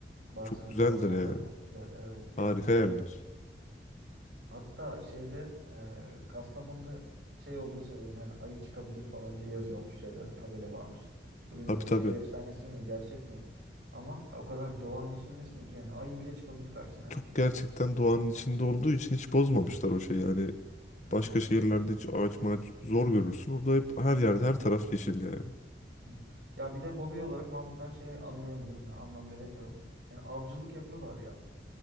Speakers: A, on the right (about 80°); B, on the left (about 40°).
A: Bartın'ın
B: Çok güzeldir
A: doğası oralar
B: yani.
A: çok güzel evet yani.
B: Harika yerler.
A: Hatta şeyde e, Kastamonu'da şey olduğu söylenir. Hani ayı çıkabilir falan diye yazıyormuş şeylerde tabela varmış. Bilmiyorum
B: Tabii tabii.
A: şehir efsanesi mi gerçek mi? Ama o kadar doğanın içindesin ki yani ayı bile çıkabilir karşısına yani.
B: Çok gerçekten doğanın içinde olduğu için hiç bozmamışlar o
A: Hı hı.
B: şeyi. Yani
A: Evet.
B: başka şehirlerde hiç ağaç maç zor görürsün. Orada hep her yerde
A: Hı hı.
B: her taraf yeşil yani.
A: Hı. Ya bir de hobi olarak Mahmut ben şeyi anlayamıyorum ya anlam veremiyorum. Yani avcılık yapıyorlar ya.